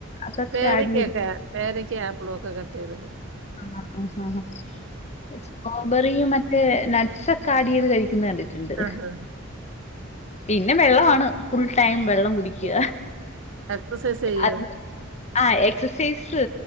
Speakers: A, on the left (about 35°); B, on the right (about 65°).
A: അതൊക്കെ
B: പേരക്കയൊക്കെ
A: ആഡ് ചെയ്ത്
B: പേരക്ക ഫ്ലോക്ക്‌ കട്ട്ചെയ്തിടും
A: ആ ആഹ <inaudible> സ്റ്റോബറിയും മറ്റേ നട്ട്സ് ഒക്കെ ആഡ് ചെയ്ത് കഴി ക്കുന്നെ കണ്ടിട്ടുണ്ട്.
B: ആഹ്
A: പിന്നെ വെള്ളമാണ് ഫുൾ ടൈം വെള്ളം കുട്ടിക്ക.
B: ആഹ് എക്സസൈസ് ചെയ്യോ?
A: അത് ആ എക്സസൈ എക്സൈസ്